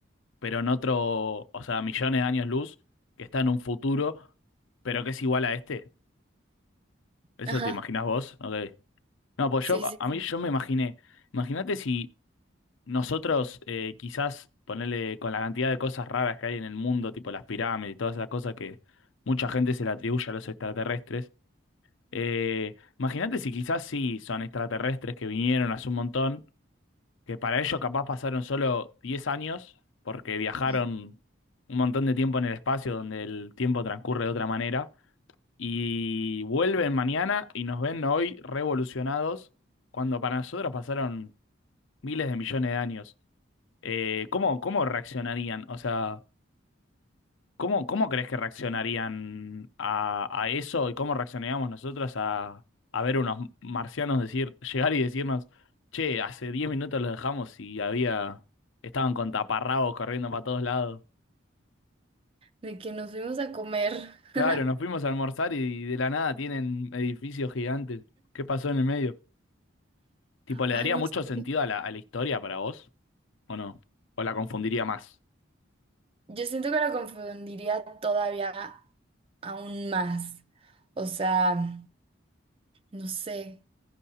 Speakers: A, on the left; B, on the right.
A: pero en otro, o sea, millones de años luz, que está en un futuro, pero que es igual a este. ¿Eso
B: Ajá,
A: te imaginás vos? Ok. No, pues
B: sí,
A: yo, a
B: sí,
A: a
B: sí.
A: mí yo me imaginé, imagínate si nosotros eh, quizás ponerle con la cantidad de cosas raras que hay en el mundo, tipo las pirámides y todas esas cosas que mucha gente se le atribuye a los extraterrestres, eh, imagínate si quizás sí son extraterrestres que vinieron hace un montón que para ellos capaz pasaron solo 10 años, porque viajaron
B: Mm.
A: un montón de tiempo en el espacio donde el tiempo transcurre de otra manera, y vuelven mañana y nos ven hoy revolucionados, cuando para nosotros pasaron miles de millones de años. Eh, ¿cómo, cómo reaccionarían? O sea... ¿Cómo, cómo crees que reaccionarían a, a eso y cómo reaccionaríamos nosotros a, a ver unos marcianos decir, llegar y decirnos, che, hace 10 minutos los dejamos y había, estaban con taparrabos corriendo para todos lados?
B: De que nos fuimos a comer.
A: Claro,
B: <laughs>
A: nos fuimos a almorzar y de la nada tienen edificios gigantes. ¿Qué pasó en el medio? Tipo, ¿le
B: Ay,
A: daría
B: no
A: mucho
B: sé.
A: sentido a la, a la historia para vos? ¿O no? ¿O la confundiría más?
B: Yo siento que lo confundiría todavía aún más. O sea, no sé.